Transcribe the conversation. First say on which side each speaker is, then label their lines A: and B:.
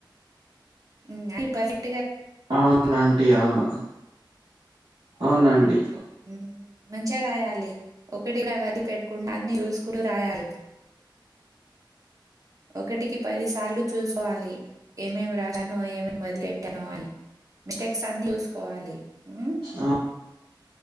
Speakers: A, on the right; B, on the right.
A: ఇంగ అయిపో <unintelligible>
B: అవును ఆంటీ అవును అవును ఆంటీ
A: మ్ మంచిగా రాయాలి ఒకటి కూడ వదిలి పెట్కుండా అన్ని చూసుకుంటూ రాయాలి ఒకటికి పది సార్లు చూసుకోవాలి ఏమేమి రాసాను ఏమేమి వదిలెట్టాను అని మిస్టేక్స్ అన్ని చూసుకోవాలి హ్మ్
B: ఆ